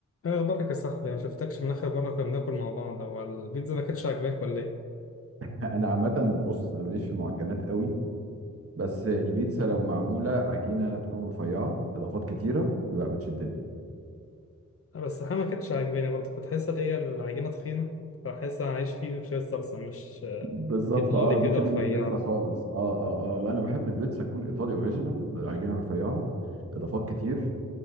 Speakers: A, on the left (about 50°); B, on the right (about 50°).
A: ايه اخبارك يا صاحبي ما شفتكش من اخر مره كنا بناكل مع بعض هو البيتزا ما كانتش عاجباك ولا ايه
B: انا عامه بص انا ماليش في المعجنات قوي بس البيتزا لو معموله عجينه تكون رفيعه اضافات كتيره لا بتشدني
A: أه بس الحقيقه ما كانتش عاجباني برضه كنت حاسس ان هي العجينه تخينه فحاسس انا عايش فيه شويه صلصه مش
B: بالظبط
A: ايطالي
B: اه دي
A: كده
B: كده
A: رفيع
B: مش بيتزا خالص اه اه اه لا انا بحب البيتزا تكون ايطالي اوريجينال عجينه رفيعه اضافات كتير